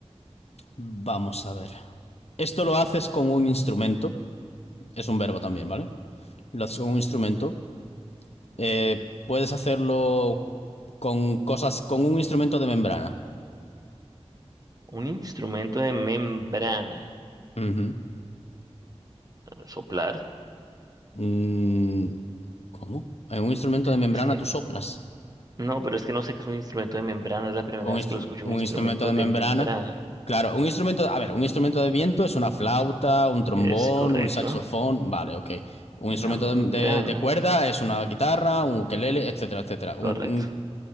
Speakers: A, on the left (about 65°); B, on the right (about 35°).
A: vamos a ver. Esto lo haces con un instrumento. Es un verbo también, ¿vale? Lo haces con un instrumento. Eh, puedes hacerlo con cosas, con un instrumento de membrana.
B: Un instrumento de membrana.
A: Ujú.
B: Soplar.
A: Mm, ¿cómo? En un instrumento de membrana
B: Es que.
A: tú soplas.
B: No, pero es que no sé qué es un instrumento de membrana. Es la primera
A: Un,
B: vez
A: instru-
B: que lo escucho,
A: un
B: un instrumento
A: instrumento de
B: de
A: membrana.
B: membrana.
A: Claro, un instrumento, a ver, un instrumento de viento es una flauta, un trombón,
B: Es correcto.
A: un saxofón, vale, ok. Un instrumento
B: Una membrana.
A: de, de- de cuerda es una guitarra, un ukelele, etcétera, etcétera. Un,
B: Correcto.
A: un-